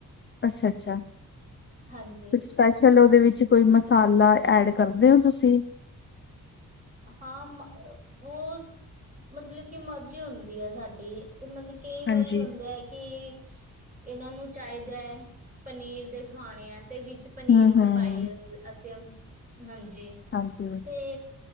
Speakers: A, on the left; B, on the right.
A: ਅੱਛਾ ਅੱਛਾ
B: ਹਾਂਜੀ।
A: ਕੁਛ ਸਪੈਸ਼ਲ ਉਹਦੇ ਵਿੱਚ ਕੋਈ ਮਸਾਲਾ ਐਡ ਕਰਦੇ ਓ ਤੁਸੀਂ?
B: ਹਾਂ, ਉਹ, ਮਤਲਬ ਕਿ ਮਰਜ਼ੀ ਹੁੰਦੀ ਹੈ ਸਾਡੀ ਤੇ, ਮਤਲਬ। ਕਈ
A: ਹਾਂਜੀ
B: ਵਾਰੀ ਹੁੰਦੇ ਏ ਕਿ ਇਹਨਾਂ ਨੂੰ ਚਾਹੀਦਾ, ਪਨੀਰ ਦੇ ਖਾਣੇ ਏ ਤੇ ਵਿੱਚ, ਪਨੀਰ
A: ਹਮ
B: ਵੀ
A: ਹਮ
B: ਪਾ ਲਿਆ ਅਸੀਂ, ਹਾਂਜੀ।
A: ਹਾਂਜੀ।
B: ਤੇ